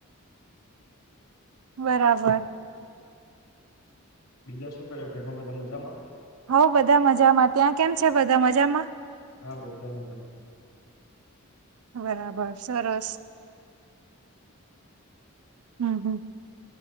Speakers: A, on the right (about 80°); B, on the left (about 80°).
A: બરાબર
B: બીજા શું કરે ઘરમાં બધા મજામાં
A: હોવ બધા મજામાં ત્યાં કેમ છે બધા મજામાં
B: હા બધા મજામાં
A: બરાબર સરસ હમ હમ